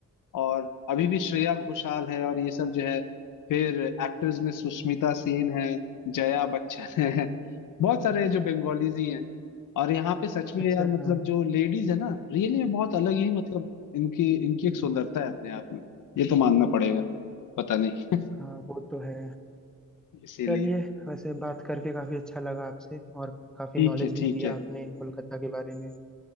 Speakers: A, on the left (about 70°); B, in the centre.
A: और अभी भी श्रेया घोषाल है और ये सब जो है फिर एक्टर्स में सुष्मिता सेन है जया बच्चन है बहुत सारे जो बंगालीज ही हैं और यहाँ पे सच में
B: अच्छा
A: यार मतलब
B: हाँ
A: जो लेडीज है ना रियली में बहुत अलग ही मतलब इनकी इनकी एक सुंदरता है अपने आप में ये तो मानना पड़ेगा पता नहीं
B: हाँ वो तो है
A: इसीलिए
B: चलिए वैसे बात करके काफी अच्छा लगा आपसे और काफी
A: ठीक
B: नॉलेज
A: है ठीक
B: भी दिया
A: है
B: आपने कोलकाता के बारे में